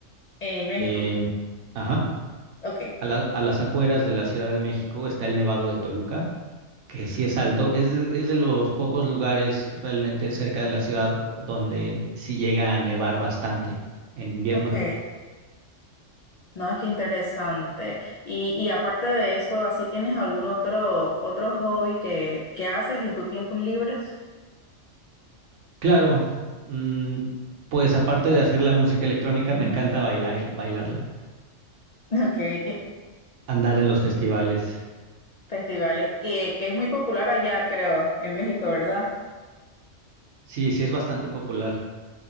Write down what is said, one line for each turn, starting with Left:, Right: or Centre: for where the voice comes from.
Left: En México.
Right: Eh, ajá,
Left: Ok.
Right: a la- a las afueras de la Ciudad de México está el Nevado de Toluca, que sí es alto. Es de, es de los pocos lugares realmente cerca de la ciudad uh, donde sí llega a nevar bastante en invierno.
Left: Ok. No, qué interesante. Y, y aparte de eso, ¿así tienes algún otro, otro hobby que, que haces en tus tiempos libres?
Right: Claro, mm, pues aparte de hacer la música electrónica, me encanta bailar, bailarla,
Left: <laughs> Ok. eh,
Right: andar en los festivales.
Left: Festivales. Que, que es muy popular allá, creo, en México, ¿verdad?
Right: Sí, sí es bastante popular.